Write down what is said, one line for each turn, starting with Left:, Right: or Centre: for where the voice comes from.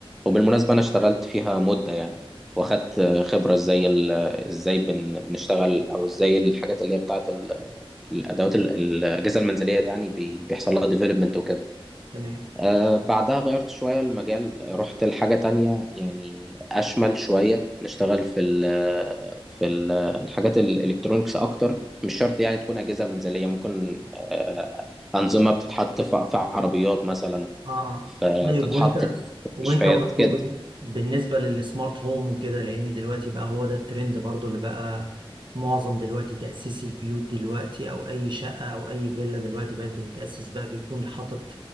Centre: وبالمناسبة أنا اشتغلت فيها مدة يعني واخدت آه، خبرة ازاي ال- ازاي بن- بنشتغل أو ازاي الحاجات اللي هي بتاعة ال- الأدوات ال- الأجهزة المنزلية دي يعني بي- بيحصل لها ديفلوبمنت وكده
Right: تمام
Centre: آه، بعدها غيرت شوية المجال رحت لحاجة تانية يعني أشمل شوية نشتغل في ال في ال الحاجات الإلكترونيكس أكتر مش شرط يعني تكون أجهزة منزلية ممكن آه، أنظمة بتتحط في في عربيات مثلا
Right: اه آه.
Centre: في-
Right: طيب
Centre: تتحط
Right: وانت
Centre: في
Right: وانت
Centre: مستشفيات
Right: برضو
Centre: كده
Right: بال- بالنسبه للسمارت هوم وكده لان دلوقتي بقى هو ده الترند برضو اللي بقى معظم دلوقتي تاسيس البيوت دلوقتي او اي شقه او اي فيلا دلوقتي بقت بتتاسس بقى بيكون حاطط